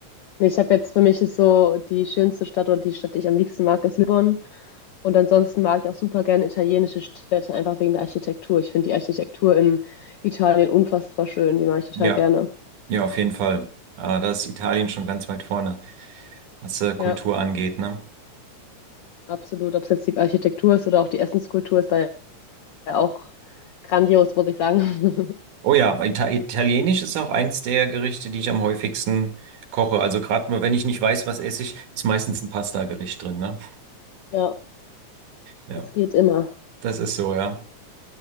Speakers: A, on the left; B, on the right.
A: Ich habe jetzt für mich ist so die schönste Stadt oder die Stadt, die ich am liebsten mag, ist Lissabon. Und ansonsten mag ich auch super gerne italienische Städte, einfach wegen der Architektur. Ich finde die Architektur in Italien unfassbar schön. Die mag ich total
B: Ja,
A: gerne.
B: ja, auf jeden Fall. Äh, da ist Italien schon ganz weit vorne, was, äh, Kultur
A: Ja,
B: angeht, ne?
A: absolut. Ob es jetzt die Architektur ist oder auch die Essenskultur, ist da ja auch grandios, muss ich sagen. <laughs>
B: Oh ja, aber Ita Italienisch ist auch eins der Gerichte, die ich am häufigsten koche. Also gerade mal, wenn ich nicht weiß, was esse ich, ist meistens ein Pasta-Gericht drin, ne?
A: Ja,
B: Ja,
A: das geht immer.
B: das ist so, ja.